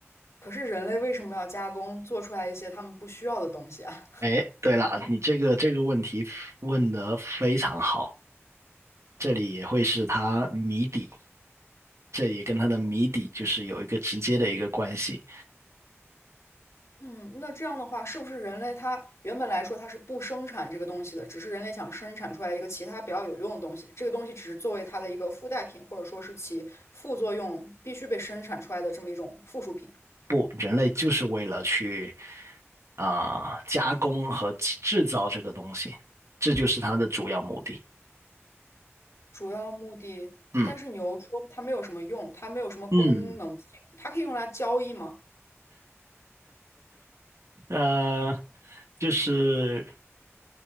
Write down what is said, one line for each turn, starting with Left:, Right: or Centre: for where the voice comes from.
Left: 可是人类为什么要加工做出来一些他们不需要的东西啊？
Right: 哎，对了，你这个这个问题问得非常好，这里也会是它谜底，这也跟它的谜底就是有一个直接的一个关系。
Left: <laughs> 嗯，那这样的话，是不是人类它原本来说它是不生产这个东西的，只是人类想生产出来一个其他比较有用的东西，这个东西只是作为它的一个附带品，或者说是其副作用必须被生产出来的这么一种附属品？
Right: 不，人类就是为了去啊、加工和制制造这个东西，这就是它的主要目的。
Left: 主要目的，
Right: 嗯
Left: 但是你又说它没有什么用，它没有什么功能性，
Right: 嗯，
Left: 它可以用来交易吗？
Right: 呃，就是。